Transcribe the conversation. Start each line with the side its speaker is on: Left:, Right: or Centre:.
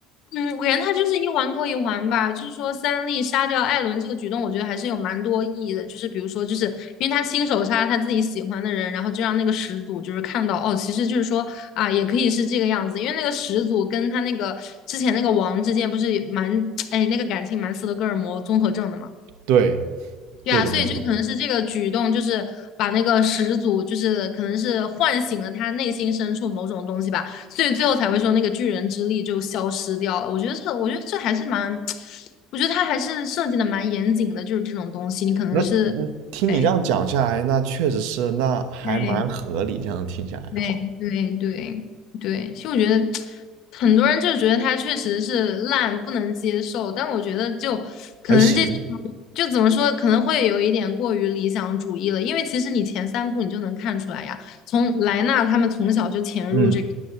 Left: 嗯，我感觉他就是一环扣一环吧。就是说三力杀掉艾伦这个举动，我觉得还是有蛮多意义的。就是比如说，就是因为他亲手杀了他自己喜欢的人，然后就让那个始祖就是看到哦，其实就是说啊，也可以是这个样子。因为那个始祖跟他那个之前那个王之间不是蛮 <tsk> 哎那个感情蛮斯德哥尔摩综合症的嘛。
Right: 对
Left: 对啊，
Right: 对的，
Left: 所以就可能是这个举动，
Right: 没错，
Left: 就是把那个始祖，就是可能是唤醒了他内心深处某种东西吧，所以最后才会说那个巨人之力就消失掉了。我觉得这个，我觉得这还是蛮，<tsk> 我觉得他还是设计的蛮严谨的，就是这种东西，你可能是，
Right: 那听你这样讲下来，
Left: 哎，
Right: 那确实是，那还蛮合理，
Left: 对，
Right: 这样听下来的话，
Left: 对对对对，其实我觉得很多人就觉得它确实是烂，不能接受，但我觉得就可能这些
Right: 还行，
Left: 就怎么说，可能会有一点过于理想主义了，因为其实你前三部你就能看出来呀，从莱纳他们从小就潜入这个
Right: 嗯。